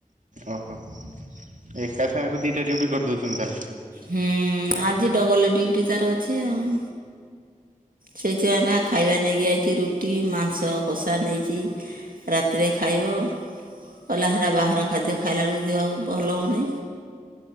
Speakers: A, on the right (about 60°); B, on the right (about 80°).
A: ଓହୋ ଏକା ସାଙ୍ଗରେ ଦିଇଟା ଡ୍ୟୁଟି କରିଦେଉଛନ୍ତି ତାହେଲେ।
B: ହୁଁ ଆଜି ଡବଲ ଡ୍ୟୁଟି ତାର ଅଛି ଆଉ। ସେଇଥିପାଇଁଁ ପା ଖାଇବା ନେଇକି ଯାଇଛି ରୁଟି ମାଂସ କଷା ନେଇଛି। ରାତିରେ ଖାଇବ କଲା ହେଲା ବାହାର ଖାଦ୍ୟ ଖାଇଲାବେଳକୁ ଦିହଉ ଭଲ ହେଉନି।